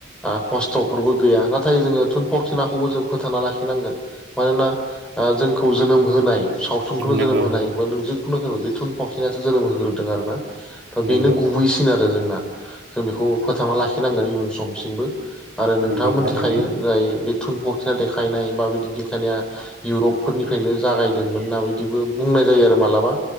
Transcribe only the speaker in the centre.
खस्थ'फोरबो गैया नाथाय जोङो थुनफावथिनाखौबो जों फोथांना लाखिनांगोन मानोना जोंखौ जोनोम होनाय सावथुनखौनो
जोनोम होनायोबा नों जिखुनु बे थुनफावथिनासो जोनोम होग्रोदों आरोना। दा
बेनो गुबैसिन आरो जोंना जों बेखौ फोथांना लाखिनांगोन इयुन समसिमबो। आरो नोंथाङा
मिथिखायो
जाय बे थुनफक्थिना देखायनाय बा बिदि देखायनाया। इउरपफोरनिफ्रायनो जागायदोंमोन होनना बायदिबो बुंनाय जायो आरो माला बा‌